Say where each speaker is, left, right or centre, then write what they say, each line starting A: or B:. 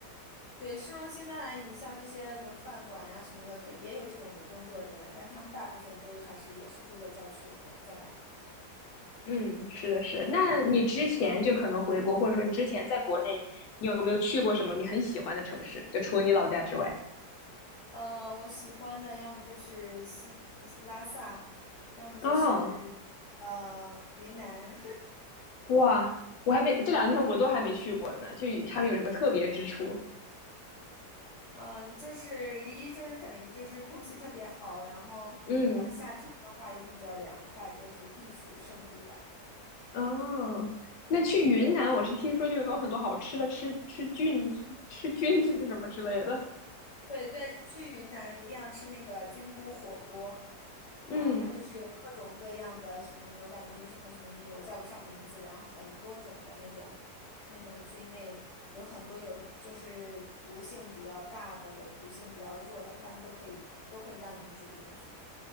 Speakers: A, on the left; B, on the left.
A: 对，市中心当然，你像这些呃饭馆呀什么的，可也有这种工作人员，但他们大部分都还是也是住在郊区，然后再来。
B: 嗯，是的，是的。那你之前就可能回国，或者说你之前在国内，你有没有去过什么你很喜欢的城市？就除了你老家之外。
A: 呃，我喜欢的要么就是西呃拉萨，要么就是呃云南。
B: 哦，哇，我还没，这两个地方我都还没去过呢，就他们有什么特别之处？
A: <laughs> 嗯，就是一就是肯定就是空气特别好，然后呃夏天的话也比较凉快，
B: 嗯，
A: 就是避暑胜地吧。
B: 哦，那去云南，我是听说就有很多好吃的，吃吃菌子、吃菌子什么之类的。
A: 对对，去云南一定要吃那个菌菇火锅，
B: 嗯，
A: 然后它就是有各种各样的什么牛杆菌、什么什么菌，我叫不上名字，然后很多种的那种那种菌类，有很多有就是毒性比较大的，有毒性比较弱的，它们都可以都会让你煮进去。